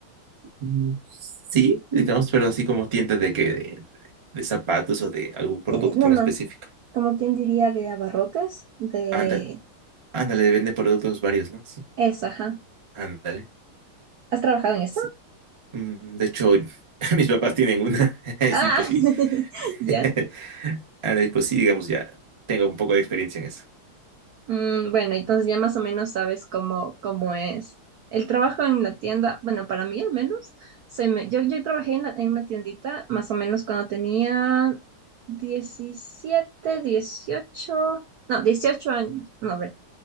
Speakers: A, on the right; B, on the right.
A: Mm, Sí, digamos, pero así como tiendas de que de, de zapatos o de algún producto
B: Eh, no,
A: en
B: no.
A: específico.
B: Como quien diría de abarrotes, de...
A: Ándale, ándale, vende productos varios, ¿no? Sí,
B: Eso, ajá.
A: ándale.
B: ¿Has trabajado en eso?
A: Sí. Mm, De hecho, <laughs> mis papás tienen una. <laughs>
B: Ah,
A: Sí, pues sí.
B: <laughs>
A: <laughs>
B: ya.
A: Ándale, pues sí, digamos, ya tengo un poco de experiencia en eso.
B: Mm, bueno, entonces ya más o menos sabes cómo, cómo es. El trabajo en la tienda, bueno, para mí al menos, se me, yo, yo trabajé en, la- en una tiendita más o menos cuando tenía 17, 18, no, 18 años, no, a ver,